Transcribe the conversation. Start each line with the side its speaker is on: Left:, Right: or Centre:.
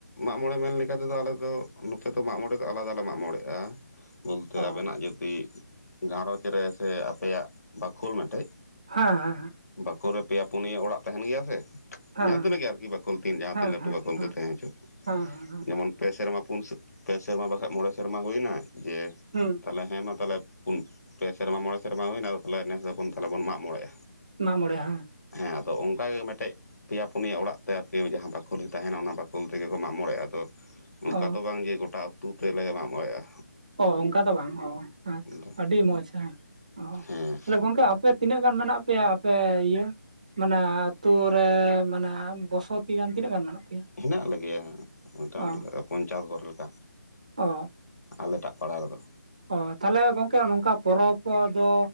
Left: ᱢᱟᱜ ᱢᱚᱬᱮ ᱢᱮᱱ ᱞᱮᱠᱟᱛᱮᱫᱚ ᱟᱞᱮᱫᱚ ᱱᱚᱛᱮ ᱫᱚ ᱢᱟᱜ ᱢᱚᱬᱮ ᱫᱚ ᱟᱞᱟᱫᱟ ᱞᱮ ᱢᱟᱜ ᱢᱚᱬᱮᱜᱼᱟ ᱵᱚᱞᱛᱮ
Right: ᱚ
Left: ᱟᱵᱮᱱᱟᱜ ᱡᱩᱫᱤ ᱜᱷᱟᱨᱚᱸᱡᱽ ᱨᱮ ᱥᱮ ᱟᱯᱮᱭᱟᱜ ᱵᱟᱠᱷᱳᱞ ᱢᱮᱴᱮᱡ
Right: ᱦᱮᱸ ᱦᱮᱸᱮᱸ
Left: ᱵᱟ. ᱠᱩ ᱨᱮ ᱯᱮᱭᱟ ᱯᱩᱱᱭᱟᱹ ᱚᱲᱟᱜ ᱛᱟᱦᱮᱱ ᱜᱮᱭᱟ ᱥᱮ
Right: ᱦᱮᱸ
Left: ᱡᱟᱦᱟᱸ ᱛᱤᱱᱟᱹᱜ ᱜᱮ ᱟᱨᱠᱤ ᱵᱟᱠᱷᱳᱞ ᱫᱤᱱ ᱡᱟᱦᱟᱸ
Right: ᱦᱮᱸ
Left: ᱛᱤᱱ ᱞᱟᱹᱴᱩ
Right: ᱦᱮᱸ
Left: ᱵᱟᱠᱷᱳᱞ
Right: ᱦᱮᱸ
Left: ᱜᱮ ᱛᱟᱦᱮᱸ ᱦᱚᱪᱚᱜ
Right: ᱦᱮᱸ ᱦᱮᱸ ᱦᱮᱸ
Left: ᱡᱮᱢᱚᱱ ᱯᱮ ᱥᱮᱨᱢᱟ ᱯᱩᱱ ᱥᱮ ᱯᱮ ᱥᱮᱨᱢᱟ ᱵᱟᱝᱠᱷᱟᱡ ᱢᱚᱬᱮ ᱥᱮᱨᱢᱟ ᱦᱩᱭ ᱮᱱᱟ ᱡᱮ
Right: ᱦᱩᱸ
Left: ᱛᱟᱦᱚᱞᱮ ᱦᱮᱸ ᱢᱟ ᱛᱟᱦᱚᱞᱮ ᱯᱩᱱ ᱯᱮ ᱥᱮᱨᱢᱟ ᱢᱚᱬᱮ ᱥᱮᱨᱢᱟ ᱦᱩᱭ ᱮᱱᱟ ᱟᱫᱚ ᱱᱮᱥ ᱫᱚ ᱛᱟᱦᱚᱞᱮ ᱵᱚᱱ ᱢᱟᱜ ᱢᱚᱬᱮᱜ-ᱟ
Right: ᱢᱟᱜ ᱢᱚᱬᱮ ᱦᱟᱸ
Left: ᱦᱮᱸ ᱟᱫᱚ ᱚᱱᱠᱟ ᱜᱮ ᱢᱤᱫᱴᱮᱫ ᱯᱮᱭᱟ ᱯᱩᱱᱭᱟ ᱚᱲᱟᱜ ᱛᱮ ᱟᱨᱠᱤ ᱡᱟᱦᱟᱸ ᱵᱟᱠᱷᱳ ᱛᱟᱦᱮᱱᱟ ᱚᱱᱟ ᱵᱟᱠᱷᱳ ᱛᱮᱜᱮ ᱠᱚ ᱢᱟᱜ ᱢᱚᱬᱮᱜᱼᱟ ᱟᱫᱚ ᱝᱠᱟ
Right: ᱚ
Left: ᱫᱚ ᱵᱟᱝᱜᱮ ᱜᱚᱴᱟ ᱟ. ᱛᱩ ᱛᱮᱞᱮ ᱢᱟᱜ ᱢᱚᱬᱮᱼᱟ
Right: ᱚ ᱚᱱᱠᱟ ᱫᱚ ᱵᱟᱝ ᱚ ᱦᱮᱸ ᱛᱚ
Left: ᱫᱚ
Right: ᱟᱹᱰᱤ ᱢᱚᱸᱡᱽ ᱦᱮᱸ ᱚ
Left: ᱦᱮᱸ
Right: ᱛᱟᱦᱮ ᱜᱚᱝᱠᱮ ᱟᱯᱮ ᱛᱤᱱᱟᱹᱜ ᱜᱟᱱ ᱢᱮᱱᱟᱜ ᱯᱮᱭᱟ ᱟᱯᱮ ᱤᱭᱟᱹ ᱢᱟᱱᱮ ᱟᱛᱩᱨ ᱨᱮ ᱢᱟᱱᱮ ᱵᱚᱥᱚᱛᱤ ᱜᱟᱱ ᱛᱤᱱᱟᱹᱜ ᱜᱟᱱ ᱢᱮᱱᱟᱜ ᱯᱮᱭᱟ
Left: ᱦᱮᱱᱟᱜ ᱞᱮᱜᱮᱭᱟ ᱢᱳᱴᱟᱢᱩᱴᱤ
Right: ᱚ
Left: ᱯᱚᱧᱪᱟᱥ ᱜᱚᱲ ᱞᱮᱠᱟ
Right: ᱚ
Left: ᱟᱞᱮᱴᱟᱜ ᱯᱟᱲᱟ ᱨᱮᱫᱚ
Right: ᱚ ᱛᱟᱦᱚᱞᱮ ᱜᱚᱝᱠᱮ ᱱᱚᱝᱠᱟ ᱯᱚᱨᱚᱵᱽ ᱫᱚ